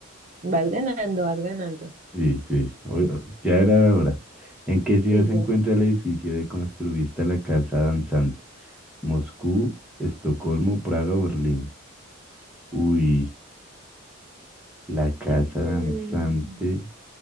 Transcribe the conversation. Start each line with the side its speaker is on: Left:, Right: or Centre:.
Right: Vas ganando, vas ganando.
Centre: Sí, sí, o- o- ya era hora. ¿En qué ciudad
Right: Sí,
Centre: se
Right: ya.
Centre: encuentra el edificio de Construvista la Casa Danzante? Moscú, Estocolmo, Praga, o Berlín. Uy, la casa danzante.
Right: Mm.